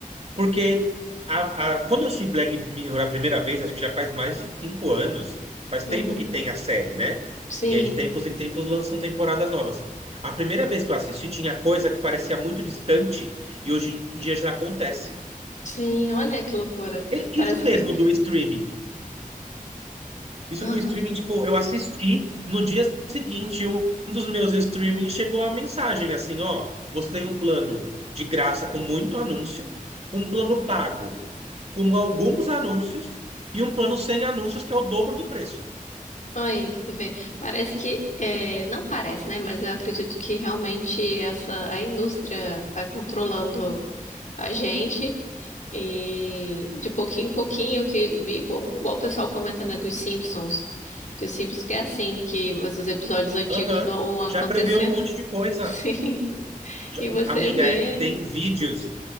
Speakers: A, on the right (about 45°); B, on the left (about 60°).
A: Porque a, a- quando eu assisti Black Mirror a primeira vez, acho que já faz mais de cinco anos. Faz
B: Uhum.
A: tempo que tem a série, né?
B: Sim,
A: E aí, de tempos em tempos, lançam temporadas novas. A primeira vez que eu assisti, tinha coisa que parecia muito distante e hoje em dia já acontece.
B: sim, olha que loucura.
A: E- Isso
B: Parece
A: mesmo
B: que.
A: do streaming. Isso
B: Aham.
A: do streaming, tipo, eu assisti no dia seguinte, um dos meus streamings chegou a mensagem assim, ó, você tem um plano de graça com muito anúncio, um plano pago com alguns anúncios e um plano sem anúncios que é o dobro do preço.
B: Aí, você vê. Parece que. é, Não parece, né? Mas eu acredito que realmente essa a indústria vai controlando a gente. E de pouquinho em pouquinho, que vi, igual, igual o pessoal comenta, né, dos Simpsons. Que os Simpsons que é assim, que os os episódios antigos
A: Aham.
B: vão acontecendo.
A: Já prevê um monte de coisa.
B: <laughs> Sim.
A: Já-
B: E você
A: amiga,
B: vê.
A: é- tem vídeos